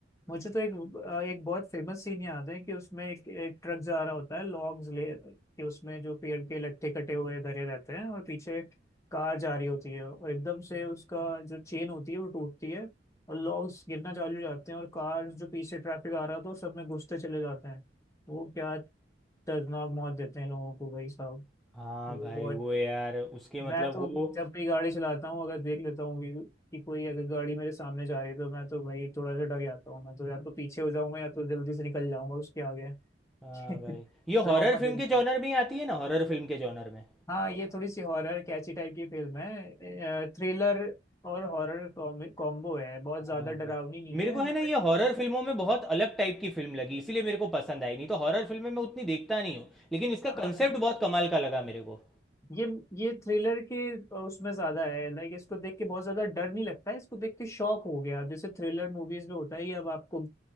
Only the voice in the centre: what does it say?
हाँ
भाई
वो यार उसके
मतलब
वो
हाँ भाई ये
हॉरर फिल्म
के
जॉनर
में ही आती है ना हॉरर फिल्म के जॉनर में
हाँ
भाई
मेरे
को है
ना ये हॉरर फिल्मों में बहुत अलग टाइप की फिल्म लगी इसीलिए मेरे को पसंद आई नहीं तो हॉरर फिल्में मैं उतनी देखता नहीं हूँ लेकिन इसका
कंसेप्ट बहुत कमाल का लगा मेरे को